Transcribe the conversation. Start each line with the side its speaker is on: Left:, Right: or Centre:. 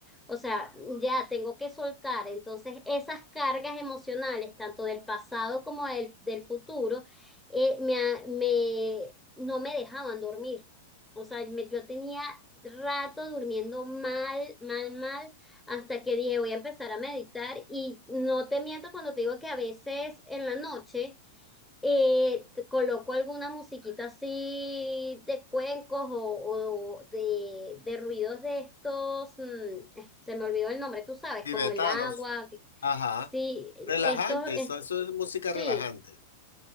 Centre: O sea, ya tengo que soltar. Entonces, esas cargas emocionales, tanto del pasado como del, del futuro, eh, me, ha- me, no me dejaban dormir. O sea, me- yo tenía rato durmiendo mal, mal, mal, hasta que dije, voy a empezar a meditar. Y no te miento cuando te digo que a veces en la noche eh, te coloco alguna musiquita así de cuencos o, o de, de ruidos de estos, mm, eh, se me olvidó el nombre, tú sabes,
Left: Tibetanos.
Centre: como el agua, que-
Left: Ajá.
Centre: sí, estos,
Left: Relajante.
Centre: es-
Left: Eso, eso es música
Centre: sí,
Left: relajante.